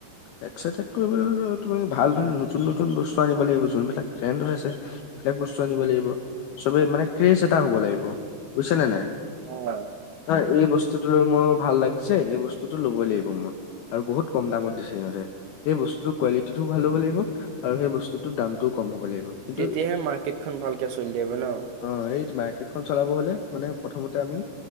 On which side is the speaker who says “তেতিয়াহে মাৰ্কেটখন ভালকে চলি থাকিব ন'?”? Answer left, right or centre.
Right